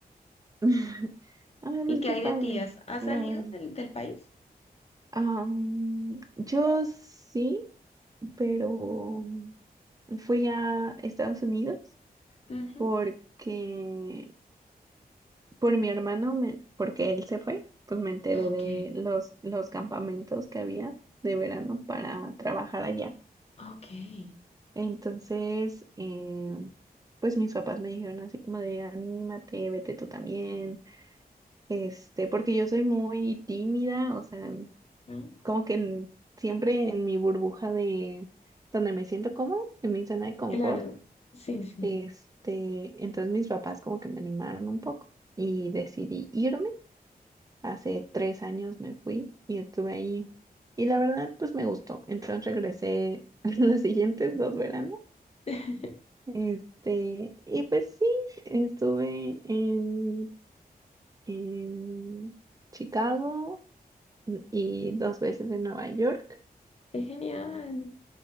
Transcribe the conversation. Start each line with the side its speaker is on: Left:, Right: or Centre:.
Right: <laughs> Ay, pues
Left: ¿Y qué
Right: qué
Left: hay
Right: padre,
Left: de tías? ¿Has
Right: la
Left: salido
Right: verdad.
Left: del, del país?
Right: Am, yo sí, pero fui a Estados Unidos
Left: Ujú.
Right: porque por mi hermano, me- porque él se fue, pues me enteré
Left: Ok,
Right: de los, los campamentos que había de verano para trabajar allá.
Left: ok.
Right: Entonces, eh, pues mis papás me dijeron así como de anímate, vete tú también, este, porque yo soy muy tímida, o sea...
Left: Mm.
Right: como que en- siempre en mi burbuja de donde me siento cómoda, en mi zona de confort,
Left: Claro, sí, sí.
Right: este, entonces mis papás como que me animaron un poco y decidí irme. Hace tres años me fui y estuve ahí y la verdad pues me gustó. Entonces regresé <laughs> los siguientes dos veranos,
Left: <laughs>
Right: este, y pues sí, estuve en, en Chicago y dos veces en Nueva York.
Left: Es genial.